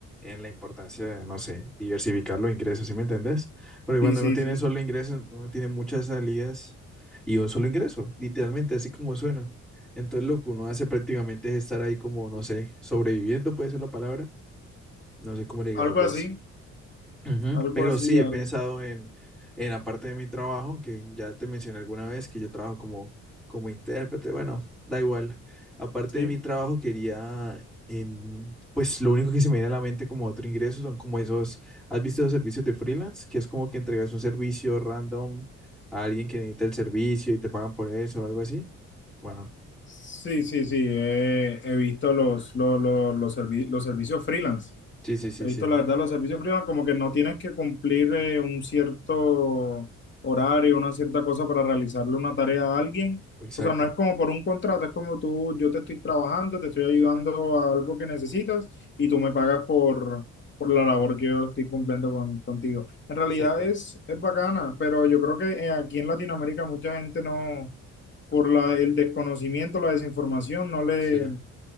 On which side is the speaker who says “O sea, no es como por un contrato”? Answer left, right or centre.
Left